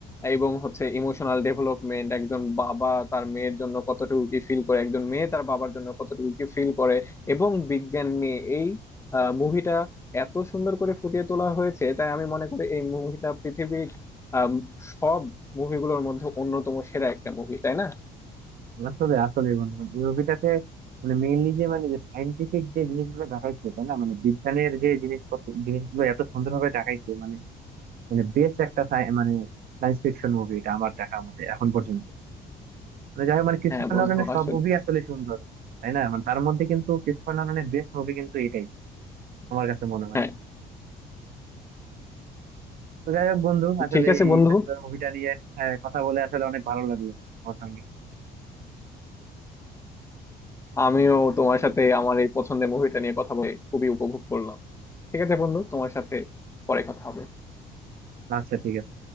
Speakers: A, on the left; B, on the right.
A: এবং হচ্ছে ইমোশনাল ডেভেলপমেন্ট একজন বাবা তার মেয়ের জন্য কতটুকু কি ফিল করে একজন মেয়ে তার বাবার জন্য কতটুকু কি ফিল করে এবং বিজ্ঞান নিয়ে এই মুভিটা এত সুন্দর করে ফুটিয়ে তোলা হয়েছে তাই আমি মনে করি এই মুভিটা পৃথিবীর আম, সব মুভিগুলোর মধ্যে অন্যতম সেরা একটা মুভি তাই না
B: আসলে আসলে বন্ধু মানে এই মুভিটাতে মানে মেইনলি যে মানে যে সাইন্টিফিক যে জিনিসগুলো দেখাইছে তাই না মানে বিজ্ঞানের যে জিনিসপত্র জিনিসগুলো এত সুন্দরভাবে দেখাইছে মানে মানে বেস্ট একটা sci- মানে সায়েন্স ফিকশন মুভি এটা আমার দেখার মতে এখন পর্যন্ত মানে যাই হোক মানে ক্রিস্টোফার
A: হ্যাঁ বন্ধু
B: নোলানের সব
A: আসলে
B: মুভি আসলে সুন্দর তাই না মানে তার মধ্যে কিন্তু ক্রিস্টোফার নোলানের বেস্ট মুভি কিন্তু এটাই আমার কাছে মনে হয়
A: হ্যাঁ
B: তো যাই হোক বন্ধু আসলে
A: ঠিক আছে
B: এই
A: বন্ধু
B: ইন্টারস্টেলার মুভিটা নিয়ে হ্যাঁ, কথা বলে আসলে অনেক ভালো লাগলো আমার সঙ্গে
A: আমিও তোমার সাথে আমার এই পছন্দের মুভিটা নিয়ে কথা বলে খুবই উপভোগ করলাম ঠিক আছে বন্ধু তোমার সাথে পরে কথা হবে
B: আচ্ছা ঠিক আছে